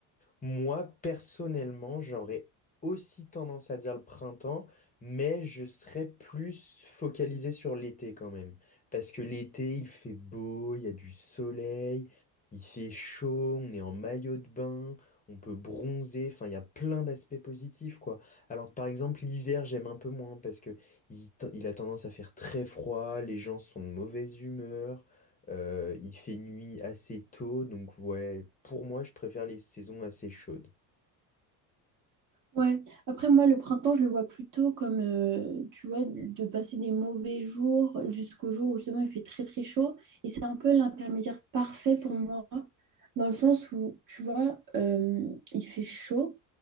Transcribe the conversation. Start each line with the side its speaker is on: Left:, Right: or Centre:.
Left: Moi, personnellement, j'aurais aussi tendance à dire le printemps, mais je serais plus focalisé sur l'été quand même. Parce que l'été, il fait beau, il y a du soleil, il fait chaud, on est en maillot de bain, on peut bronzer, enfin, il y a plein d'aspects positifs, quoi. Alors que par exemple, l'hiver, j'aime un peu moins parce que il, t- il a tendance à faire très froid, les gens sont de mauvaise humeur. Euh, il fait nuit assez tôt, donc ouais, pour moi, je préfère les saisons assez chaudes.
Right: Ouais, après moi le printemps je le vois plutôt comme euh, tu vois de de passer des mauvais jours jusqu'au jour où justement il fait très très chaud et c'est un peu l'intermédiaire parfait pour moi dans le sens où tu vois euh, il fait chaud